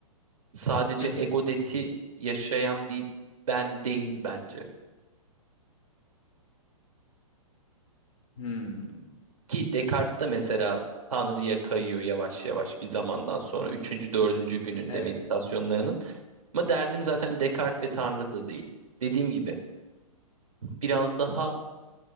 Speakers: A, on the right; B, on the left.
A: sadece
B: Hı hı.
A: egodeti yaşayan bir ben değil bence.
B: Hmm.
A: Ki Descartes de mesela Tanrı'ya kayıyor yavaş yavaş bir zamandan sonra. Üçüncü, dördüncü gününde
B: Evet.
A: meditasyonlarının. Ama derdim zaten Descartes ve Tanrı da değil. Dediğim gibi biraz daha